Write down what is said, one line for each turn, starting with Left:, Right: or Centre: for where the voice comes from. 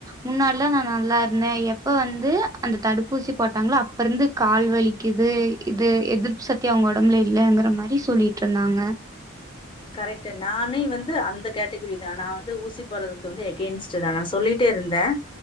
Right: முன்னாடில்லா நா நல்லா இருந்தேன் எப்ப வந்து அந்த தடுப்பூசி போட்டாங்ளோ அப்ப இருந்து கால் வலிக்குது இது எதிர்ப்பு சத்தி அவுங் ஒடம்லே இல்லங்குற மாரி சொல்லிட்ருந்தாங்க
Left: கரெட்டு நானே வந்து அந்த கேட்டகிரி தான் நா வந்து ஊசி போறதுக்கு வந்து எகேன்ஸ்ட் தான் நா சொல்லிட்டே இருந்தேன்